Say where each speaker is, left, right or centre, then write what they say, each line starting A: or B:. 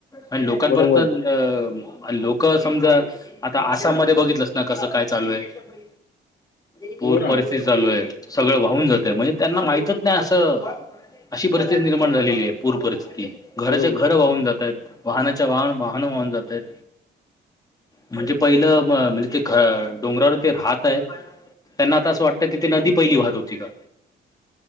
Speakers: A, on the left (about 20°); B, on the left (about 50°).
A: आणि लोकांपर्यंत
B: बरोबर.
A: लोक समजा, आता आसाममध्ये बघितलंस ना, कसं काय चालू आहे. <inaudible> पूर
B: हो ना,
A: परिस्थिती चालू आहे, सगळं वाहून जातय, म्हणजे त्यांना माहितच नाही असं अशी परिस्थिती निर्माण झालेली आहे, पूर परिस्थिती घराच्या
B: बरोबर.
A: घर वाहून जातय. वाहनाच्या वाहन, वाहन वाहून जात आहेत. म्हणजे, पहिलं म्हणजे ते डोंगरावर ते राहत आहेत. त्यांना आता असं वाटतं की, ते नदी पहिली वाहत होती का?